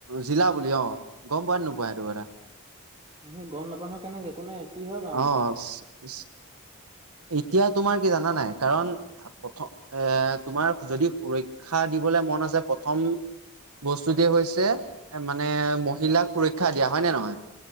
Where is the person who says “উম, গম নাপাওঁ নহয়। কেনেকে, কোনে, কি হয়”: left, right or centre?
Right